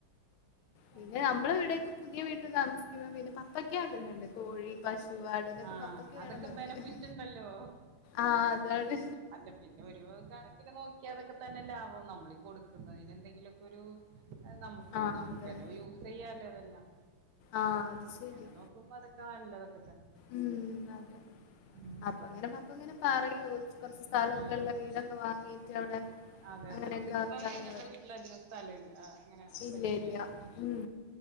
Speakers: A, on the left; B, on the right.
A: പിന്നെ
B: അങ്ങനെ
A: നമ്മൾ ഇവിടെക്കെ പുതിയ വീട്ടിൽ താമസിക്കുമ്പോ പിന്നെ പപ്പക്ക <unintelligible> കോഴി പശു ആട് ഇതൊക്കെ
B: ആഹ
A: പപ്പയ്ക്ക്
B: അതൊക്കെ
A: വേണന്നുണ്ട്
B: ബെനഫിറ്റ് ഉണ്ടല്ലോ
A: ആഹ് അതാണ്
B: അല്ല പിന്നെ ഒരു കണക്കിന് നോക്കിയ അതൊക്കെ തന്നെ ലാഭം നമ്മള കൊടുക്കുന്നതിന് എന്തെങ്കിലുമൊക്കെ ഒരു നമുക്ക്
A: ആഹ്
B: നമുക്കെല്ലാം
A: അതാണ്
B: യൂസ് ചെയ്യല്ലോ ഇതെല്ലാം
A: ആഹ് അത്
B: അങ്ങനെ
A: ശരിയാ
B: നോക്കുമ്പോ അതൊക്കെ <unintelligible>
A: ഉം അതെ
B: ഉം
A: അപ്പങ്ങനെ പപ്പങ്ങനെ പറയൂ കൊറച്ച സ്ഥലമൊക്കെ
B: ഉം
A: ഉള്ള വീടൊക്കെ വാങ്ങിട്ട് അവിടെ
B: അതെ
A: അങ്ങനെയൊക്കെ
B: അതെ ഇപ്പം
A: ആക്കാന്
B: നിങ്ങളുടെ വീട്ടിൽ അധികം സ്ഥലമില്ല ആ, അങ്ങനെ
A: ഇല്ല
B: പറ്റൂലായിരിക്കും
A: ഇല്ല ഉ